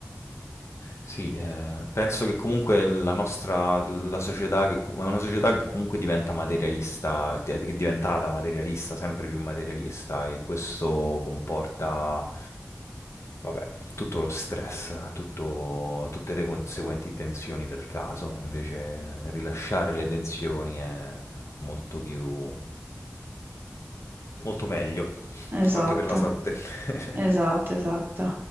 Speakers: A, on the left; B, on the right.
A: sì, ehm, penso che comunque la nostra la società che com è una società che comunque diventa materialista, eh, che è diventata materialista, sempre più materialista e questo comporta, vabbè, tutto lo stress, tutto tutte le conseguenti tensioni del caso. Invece rilasciare le tensioni è molto più Molto meglio,
B: Esatto,
A: anche per la salute. <laughs>
B: esatto, esatto.